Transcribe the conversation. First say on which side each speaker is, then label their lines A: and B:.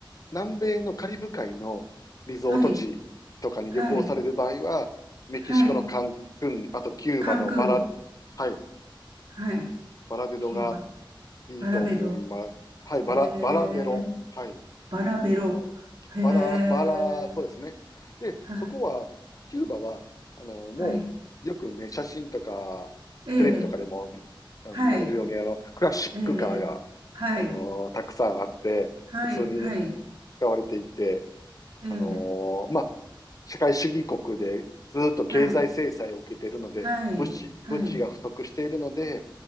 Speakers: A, on the left; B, on the right.
A: 南米のカリブ海のリゾート地とかに旅行される場合は、
B: はい、はい、
A: メキシコのカンクン、
B: はい。
A: あとキューバのバラ、
B: カンクン、
A: はい、
B: はい。
A: バラデロが
B: キューバ、
A: いいと思います。
B: バラベド、
A: はい、バラ、
B: へえ、
A: バラデロ。はい。
B: バラベロ、へえ、
A: バラ、バラ、そうですね。で、
B: はい、
A: そこは、キューバは、あの、もう、
B: はい。
A: よくね、写真とか、
B: ええ、
A: テレビとかでも、ね、あの見られるように、
B: はい、
A: あの、クラシックカーが、
B: ええ、はい、
A: あの、たくさんあって、
B: はい、
A: 普通に
B: はい、
A: 使われていて、
B: ええ、
A: あの、まあ、社会主義国でずっと経済制裁を受けているので、
B: はい、はい、
A: 物資、
B: はい。
A: 物資が不足しているので、